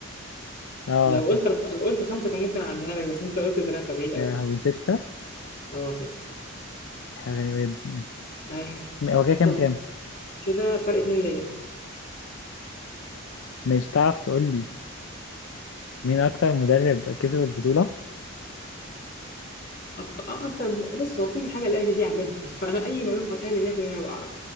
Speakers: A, on the left (about 65°); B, on the left (about 45°).
A: اه
B: لو
A: ست
B: قلت أرب... لو قلت خمسة كان ممكن اعديها لك بس انت قلت ثلاثة بعيد قوي
A: يا لهوي ستة
B: اه ست
A: غريبة جدا
B: ايوه
A: هو كده كام
B: طيب
A: كام
B: كده فرق اتنين ليا
A: مش تعرف تقول لي مين اكتر مدرب كسب البطولة
B: اكتر اه انت بص هو كل حاجة الاهلي دي عاملها <laughs> فانا اي معلومة عن الاهلي 100% هبقى اعرف